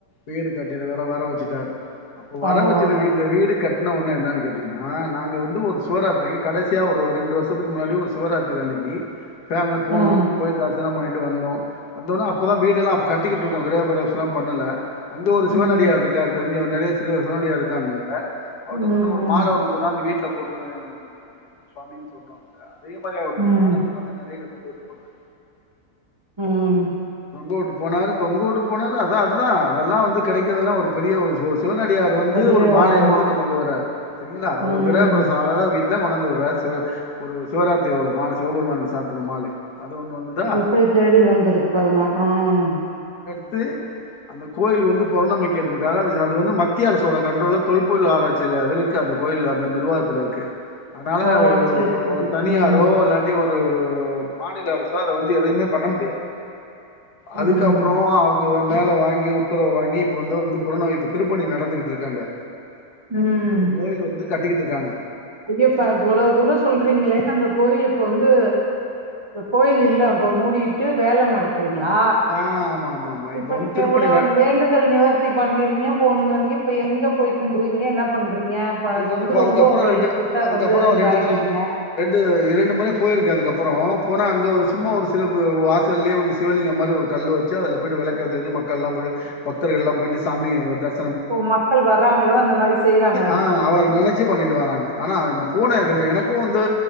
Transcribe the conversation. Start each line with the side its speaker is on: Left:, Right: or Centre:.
Left: வீடு கட்டின <unintelligible> வர வெச்சுட்டாரு அப்போ
Right: பரவால்ல
Left: வர வச்சிருது இந்த வீடு கட்னவொன்ன என்னானு கேட்டீங்கன்னா நாங்க வந்து ஒரு சிவராத்திரிக்கி கடைசியா ஒரு ரெண்டு வருசத்துக்கு முன்னாடி ஒரு சிவராத்திரி அன்னைக்கி ஃபே அங்க போனோ
Right: ம்
Left: போய்ட்டு த ர்சனோ பண்ணிட்டு வந்தோ வந்தோன அப்ப தா வீடல்லா அப்ப கட்டிட்டுருக்கோ கிரகபிரவேசலா பண்ணல அங்க ஒரு
Right: ம்
Left: சிவனடியார் இருக்காரு தெரிஞ்சவர் நறைய சிவ சிவனடியார் இருக்காங்க அங்க அவர்ட்ட
Right: ம்
Left: சொன்னோ ஒரு
Right: ம்
Left: மால ஒண்ணு கொண்டாந்து வீட் ல போட்ருங்கங்க சுவாமின்னு சொன்னோ <unintelligible> அதே மாரி அவரு
Right: ம்
Left: ரெண்டு மால கொண்டாந்து நெலையில போட்டு போனாரு
Right: ம்
Left: தொங்க உட்டு போனாரு தொங்க உட்டு போனாரு அதா அதுதா அதெல்லா வந்து கெடைக்கதெல்லா ஒரு பெரிய ஒரு சோர்ஸ் சிவனடியார் வந்து
Right: பெரிய
Left: ஒரு மாலைய
Right: ஆமா
Left: வந்து கொ தொங்க உட்றாரு செரிங்ளா ஒரு
Right: ம்
Left: கிரகப்பிரவேச ஆகாத வீட்ல கொண்டந்து வ சிவ ஒரு சிவராத்திரியோட மால சிவபெருமானுக்கு சாத்தன மாலை அது ஒன்று வந்துதா
Right: எப்பிடி தேடி வந்துருக்கு பாருங்க அம்
Left: த்து அந்த கோயிலுக் வந்து புரணமைக்கிறதுக்காக அதுசு அது வந்து மத்திய அரசோட கண்ட்ரோல்ல தொல்பொருள் ஆராய்ச்சில அதுல இருக்க அந்த கோயில்ல அந்த நிர்வாகத்துல இருக்கு அதனால
Right: ஓ
Left: வ ய
Right: சரி
Left: ஒ ப
Right: சரி
Left: ஒர் தனியாரோ
Right: ம்
Left: இல்லாட்டி ஒ ரு மாநில அரச அத வந்து எதையுமே பண்ண முடியாது அதுக்கப்புறோ
Right: ம்
Left: அவுங்க வ மேல வாங் யு ப்புறோ வாங்கி இப்ப வந்து ந்து புரணமைப்பு திருப்பணி நடந்துகிட்ருக்கு அங்க
Right: ம்
Left: இப்போ கோயில் வந்து கட்டிக்கிட்ருக்காங்க
Right: ஐயப்பா இவ்ள தூரோ சொல்றீங்களே அந்த கோயிலு இப்ப வந்து கோயில் இல்ல இப்ப மூடிட்டு வேல நட குதுங்ளா
Left: ஆ ஆமா ஆமா ஆமா
Right: இப்ப
Left: வந்து
Right: நீங்க
Left: திருப்பணி
Right: இவ்ளோ
Left: ந
Right: வேண்டுதல் நிவர்த்தி பண்ணிறீங்க போனீங்கனிங்க இப்ப எங்க போய் கும்புடுவீங்க என்ன பண்றீங்க இப்ப அது
Left: இல்ல
Right: வந்து
Left: அப்ப
Right: ரொம்போ
Left: அதுக்கப்புறோ
Right: உங்கள்
Left: ரெண்டு அதுக்கப்புறோ
Right: வந்து இதாயிட்டீங்க
Left: ரெண்டு தரோ ரெண்டு இரண்டு முறை போயிருக்கே அதுக்கப்பறோ ம போனா அங்க ஒ சும்மா ஒரு சிலப் வாசல்லியே வந்து சிவலிங்க மாரி ஒரு கல்லு வெச்சு அதுல போய்ட்டு வெளக்கேத்தி வெச்சு மக்கள்லா போயி பக்தர்கள்லாம் போயிட்டு சாமி தரி
Right: ஓ மக்கள் வர்றாங்களு அந்த மாரி செய்றா
Left: அ அவர நெனைச்சு பண்ணிட்டு வாராங்க ஆனா நொ போனே ரெண்டு எனக்கு வந்து